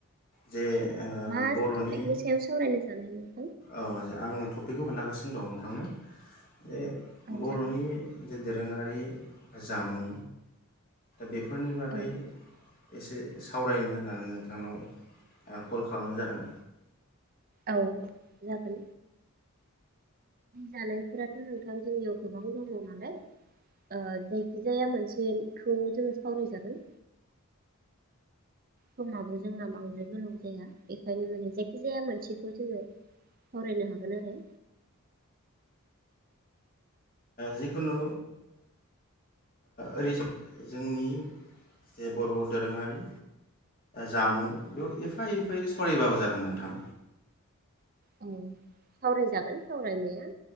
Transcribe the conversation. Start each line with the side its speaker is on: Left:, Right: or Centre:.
Left: जे ओ
Right: मा
Left: बर'नि
Right: टपिकनि सायाव सावरायनो सानो <unintelligible>
Left: औे आं थ टपिखौ खोन्थागासिनो दं नोंथांनो बे
Right: औ
Left: बरनि
Right: जागोन
Left: दो दोरोङारि जामुं बेफोरनि बागै
Right: औ
Left: एसे सावरायनो होननानै नोंथांनाव आं कल खालामनाय जादों।
Right: औ जागोन। जानायफोराथ नोंथा ओमफ्राय जोंनियाव गोबां दङ नालाय ओ जायखिजाया मोनसेखौ जोङो सावरायजागोन। समाबो जोंना बांद्राय गोलाव जाया बेखायनो माने जायखिजाया मोनसेखौ जोङो सावरायनो हागोन आरो।
Left: जिखुनु ओरै जोंनि जे बर दोरोङारि जामुं बेयाव एफा एफायै सावरायबाबो जागोन नोंथां।
Right: औ सावरायजागोन। सावरायनाया